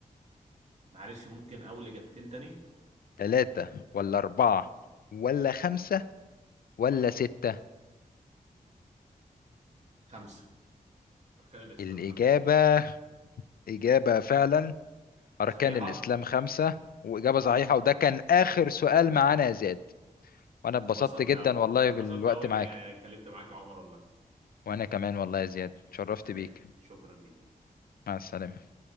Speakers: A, on the right; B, on the left.
A: معلش ممكن اول اجابتين تاني
B: تلاتة ولا أربعة ولا خمسة ولا ستة
A: خمسة اركان الاسلام
B: الإجابة
A: خمسة
B: إجابة فعلا أركان
A: صحيحة
B: الإسلام خمسة وإجابة صحيحة وده كان آخر سؤال معانا يا زياد وانا اتبسطت
A: اتبسطت
B: جدا
A: قوي
B: والله
A: انا اتبسطت
B: بالوقت
A: قوي ان
B: معاك
A: اتكلمت معاك يا عمر والله
B: وانا كمان والله يا زياد شرفت
A: تمام
B: بيك
A: شكرا ليك
B: مع السلامة